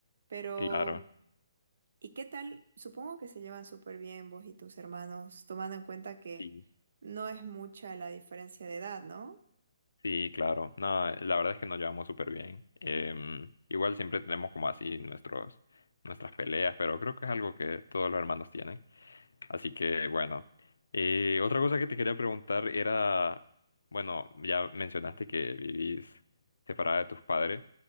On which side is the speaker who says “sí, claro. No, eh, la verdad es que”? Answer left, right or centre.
Left